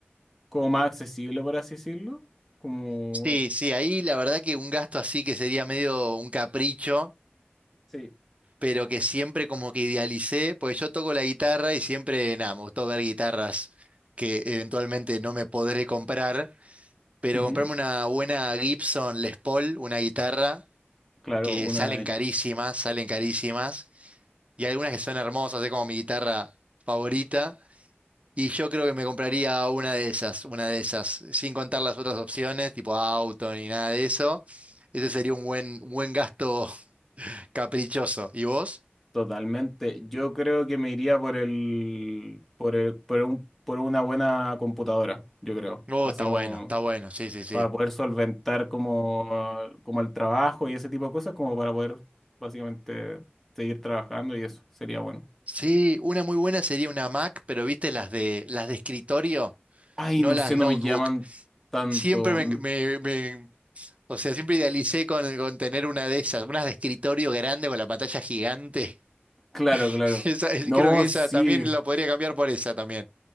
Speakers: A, in the centre; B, on the right.
A: como más accesible, por así decirlo. Como,
B: Sí, sí, ahí la verdad que un gasto así que sería medio un capricho,
A: Sí.
B: pero que siempre como que idealicé, pues yo toco la guitarra y siempre, nada, me gustó ver guitarras que eventualmente no me podré comprar, pero
A: Ujú,
B: comprarme una buena Gibson Les Paul, una guitarra
A: Claro,
B: que
A: una
B: salen carísimas, salen carísimas, y algunas que son hermosas, es como mi guitarra favorita Y yo creo que me compraría una de esas, una de esas, sin contar las otras opciones, tipo auto ni nada de eso. Ese sería un buen, un buen gasto <laughs> caprichoso. ¿Y vos?
A: totalmente. Yo creo que me iría por el, por el, por un, por una buena computadora, yo creo.
B: Oh,
A: Así
B: está
A: como
B: bueno, está bueno, sí, sí, sí.
A: para poder solventar como, como el trabajo y ese tipo de cosas, como para poder básicamente seguir trabajando y eso sería bueno.
B: Sí, una muy buena sería una Mac, pero viste las de, las de escritorio,
A: Ay,
B: no
A: no
B: las
A: sé, no
B: notebook.
A: me llaman tanto.
B: Siempre me,
A: Mm,
B: me- me- o sea, siempre idealicé con, con tener una de esas, unas de escritorio grande con la pantalla gigante.
A: Claro,
B: <laughs>
A: claro.
B: Esa,
A: No,
B: creo que esa
A: sí.
B: también la podría cambiar por esa también.